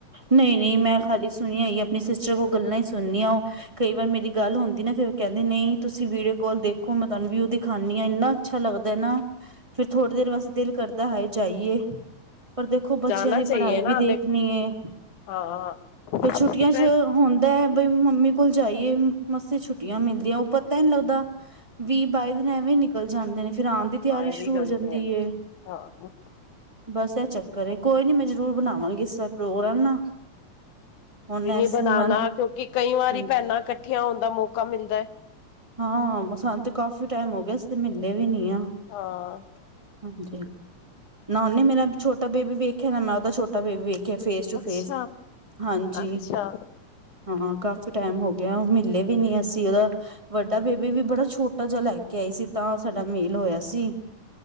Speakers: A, on the right; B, on the left.
A: ਨਹੀ- ਨਹੀ, ਮੈਂ ਖਾਲੀ ਸੁਣਿਆ ਹੀ, ਆਪਣੀ ਸਿਸਟਰ ਕੋਲੋਂ ਗੱਲਾਂ ਹੀ ਸੁਣਨੀਆਂ ਉਹ। ਕਈ ਵਾਰ ਮੇਰੀ ਗੱਲ ਹੁੰਦੀ ਨਾ ਫੇਰ ਕਹਿੰਦੀ ਨਹੀਂ ਤੁਸੀਂ ਵੀਡੀਓ ਕਾਲ ਦੇਖੋ ਮੈਂ ਤੁਹਾਨੂੰ ਵਿਊ ਦਿਖਾਨੀ ਆਂ। ਇੰਨਾ ਅੱਛਾ ਲੱਗਦਾ ਨਾ, ਫੇਰ ਥੋੜ੍ਹੀ ਦੇਰ ਵਾਸਤੇ ਦਿਲ ਕਰਦਾ, ਹਾਏ ਜਾਈਏ। ਪਰ ਦੇਖੋ ਬੱਚਿਆਂ
B: ਜਾਣਾ
A: ਦੀ
B: ਚਾਹੀਏ
A: ਪੜ੍ਹਾਈ
B: ਨਾ
A: ਵੀ ਦੇਖਣੀ
B: ਦੇਖ
A: ਏ।
B: ਹਾਂ
A: ਤੇ ਛੁੱਟੀਆਂ
B: ਫਿਰ
A: 'ਚ ਹੁਣ ਐ ਬਈ ਮੰਮੀ ਕੋਲ ਜਾਈਏ, ਮਸੀ ਛੁੱਟੀਆਂ ਮਿਲਦੀਆਂ, ਊ ਪਤਾ ਹੀ ਨੀ ਲੱਗਦਾ। ਵੀਹ- ਬਾਈ ਦਿਨ ਐਵੇਂ ਨਿਕਲ ਜਾਂਦੇ ਨੇ, ਫੇਰ ਆਉਣ ਦੀ ਤਿਆਰੀ
B: ਹਾਂ ਇਹ ਵੀ
A: ਸ਼ੁਰੂ
B: ਗੱਲ
A: ਹੋ ਜਾਂਦੀ
B: ਤੇ ਹੈ
A: ਏ
B: ਹਾਂ
A: ਬਸ ਐਹ ਚੱਕਰ ਏ, ਕੋਈ ਨੀ ਮੈਂ ਜ਼ਰੂਰ ਬਣਾਵਾਂਗੀ ਇਸ ਵਾਰ ਪ੍ਰੋਗਰਾਮ ਨਾ ਹੁਣ
B: ਨਹੀ- ਨਹੀ
A: ਇਸ
B: ਬਣਾਣਾ,
A: ਮੰਥ
B: ਕਿਉਂਕਿ ਕਈ ਵਾਰ
A: ਹਾਂ
B: ਭੈਣਾਂ ਇਕੱਠੀਆਂ ਹੋਣ ਦਾ ਮੌਕਾ ਮਿਲਦਾ।
A: ਹਾਂ, ਸਾਨੂੰ ਤਾਂ ਕਾਫੀ ਟਾਈਮ ਹੋ ਗਿਆ, ਅਸੀਂ ਤੇ ਮੇਲੇ ਵੀ ਨਹੀਂ ਆ।
B: ਹਾਂ
A: ਹਾਂਜੀ, ਨਾ ਉਹਨੇ ਮੇਰਾ ਛੋਟਾ ਬੇਬੀ ਵੇਖਿਆ ਨਾ ਮੈਂ ਉਹਦਾ ਬੇਬੀ ਵੇਖ ਵੇਖਿਆ, ਫੇਸ ਟੂ
B: ਅੱਛਾ
A: ਫੇਸ, ਹਾਂਜੀ
B: ਅੱਛਾ
A: ਹਾਂ, ਕਾਫੀ ਟਾਈਮ ਹੋ ਗਿਆ, ਮਿਲੇ ਵੀ ਨੀ ਅਸੀਂ ਉਹਦ ਵੱਡਾ ਬੇਬੀ ਵੀ ਬੜਾ ਛੋਟਾ ਜਿਹਾ ਲੈ ਕੇ ਆਈ ਸੀ ਤਾਂ ਸਾਡਾ ਮੇਲ ਹੋਇਆ ਸੀ।